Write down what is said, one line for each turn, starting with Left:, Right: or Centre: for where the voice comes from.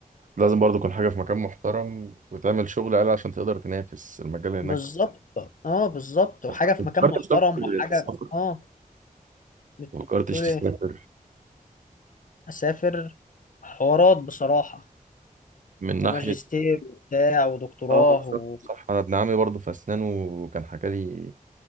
Right: لازم برضو تكون حاجه في مكان محترم وتعمل شغل عالي عشان تقدر تنافس المجال هناك
Left: بالظبط اه بالظبط وحاجه
Right: بس
Left: في مكان
Right: فكرت
Left: محترم
Right: تسافر
Left: وحاجه
Right: تسافر
Left: اه بتقول
Right: فكرتش تسافر
Left: ايه اسافر حوارات بصراحه
Right: من
Left: وماجستير
Right: ناحيه
Left: وبتاع ودكتوراه
Right: اه
Left: و...
Right: صح صح. انا ابن عمي برضو في اسنان وكان حكى لي